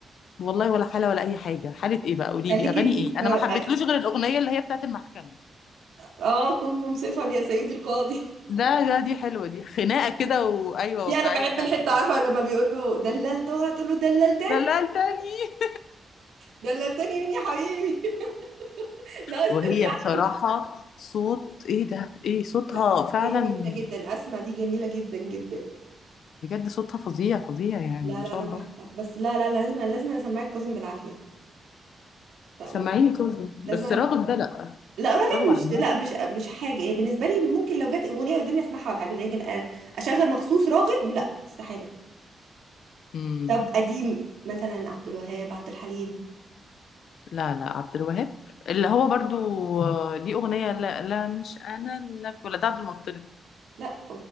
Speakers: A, on the left; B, on the right.
A: والله ولا حالة ولا أي حاجة حالة إيه بقى قولي
B: خليك
A: لي أغاني
B: انت
A: إيه
B: في
A: أنا ما حبيتلوش غير الأغنية اللي هي بتاعت المحكمة
B: اه كن منصفا يا سيدي القاضي <laughs>
A: ده ده دي حلوة دي خناقة كده وأيوة
B: دي
A: واقعية
B: انا بحب
A: فعلا
B: الحته عارفه لما بيقول له دللتها تقول له دللت
A: دللتني <laughs>
B: دللتني مين يا حبيبي <laughs> ناقص
A: وهي
B: تردح
A: بصراحة
B: له
A: صوت إيه ده إيه صوتها
B: لا
A: فعلا
B: هي جميله جدا اسماء دي جميله جدا جدا
A: بجد صوتها فظيع فظيع يعني
B: لا
A: ما
B: لا
A: شاء
B: انا
A: الله
B: بحبها بس لا لا لا، لازم لازم انا اسمعك كاظم بالعافيه لا
A: سمعيني
B: لازم
A: كاظم
B: لازم
A: بس
B: أنا...
A: راغب ده لأ
B: لا راغب
A: راغب عبد
B: مش
A: الوهاب
B: لا مش مش حاجه يعني بالنسبه لي ممكن لو جت اغنيه قدامي اسمعها ولا حاجه لكن أ- اشغل مخصوص راغب لا استحاله
A: امم
B: طب قديم مثلا عبد الوهاب عبد الحليم
A: لا لا عبد الوهاب اللي هو برضو آه، ليه أغنية لا لا مش أنا اللي أبكي ولا ده عبد المطلب
B: لا